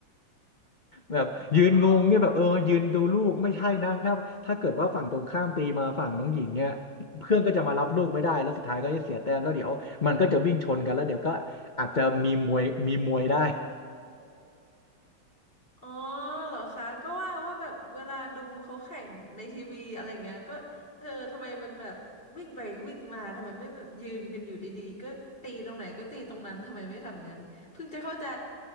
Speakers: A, on the left; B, on the left.
A: แบบยืนงงเนี่ยแบบเออยืนดูลูกไม่ใช่นะถ้าถ้าเกิดว่าฝั่งตรงข้ามตีมาฝั่งน้องหญิงเนี่ยเพื่อนก็จะมารับลูกไม่ได้แล้วสุดท้ายก็จะเสียแต้มแล้วเดี๋ยวมันก็จะวิ่งชนกันแล้วเดี๋ยวก็อาจจะมีมวยมีมวยได้
B: อ๋อ อ๋อเหรอคะก็ว่าว่าแบบเวลาดูเขาแข่งในทีวีอะไรเงี้ยก็เออทำไมมันแบบวิ่งไปวิ่งมาทำไมไม่แบบยืนกันอยู่ดีๆก็ตีตรงไหนก็ตีตรงนั้นทำไมไม่ทำอย่างนั้นเพิ่งจะเข้าใจ